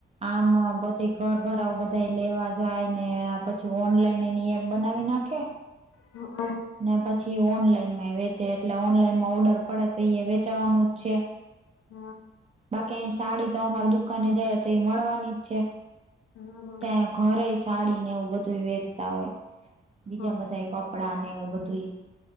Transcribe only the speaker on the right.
આમ આમ પછે ઘર ઘરાઉ બધા લેવા જાય ને પછી ઓનલાઈન એની એપ બનાવી નાખે.
ને પછી ઓનલાઈન માંય વેચે એટલે ઓનલાઈનમાં ઓર્ડર પડે તો ઈએ વેચાવાનું જ છે.
બાકી અહી સાડી તો અમાર દુકાને જાય તો એ મળવાની જ છે.
ત્યાં ઘરે સાડીને એવું બધું વેચતા હોય બીજા
બધાય કપ પડાંને એવું બધુંય